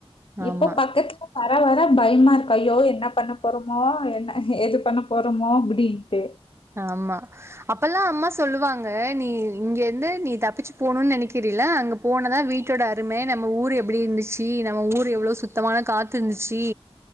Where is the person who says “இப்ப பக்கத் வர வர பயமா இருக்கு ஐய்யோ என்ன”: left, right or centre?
Left